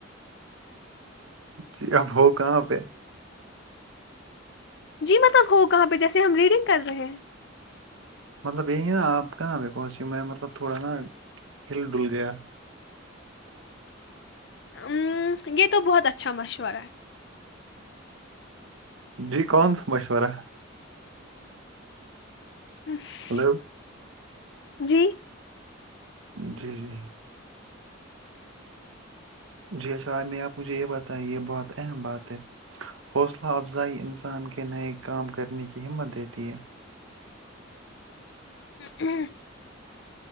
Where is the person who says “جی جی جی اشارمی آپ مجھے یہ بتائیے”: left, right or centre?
Right